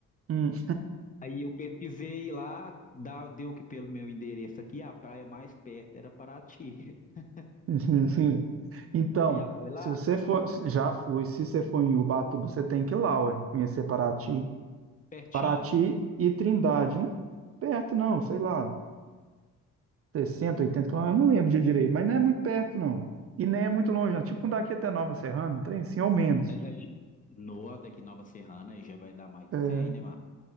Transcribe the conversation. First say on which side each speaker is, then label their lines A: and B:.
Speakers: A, on the right; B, on the left.
A: hum.
B: Aí eu pesquisei lá, dá- deu que pelo meu endereço aqui, a praia mais perto era Paraty. <laughs>
A: <laughs> Então,
B: Você Já foi lá?
A: se você for. Já foi, se você for em Ubatuba, você tem que ir lá, ué, conhecer Paraty.
B: Pertinho?
A: Paraty e Trindade. Não é perto, não, sei lá, 60, 80 quilômetros, eu não lembro de direito, mas não é muito perto, não. E nem é muito longe, não. Tipo, um daqui até Nova Serrana, um trem assim, ou menos.
B: Mas aí, no, daqui Nova Serrana, aí já vai dar mais de
A: É,
B: cem, né, Mar?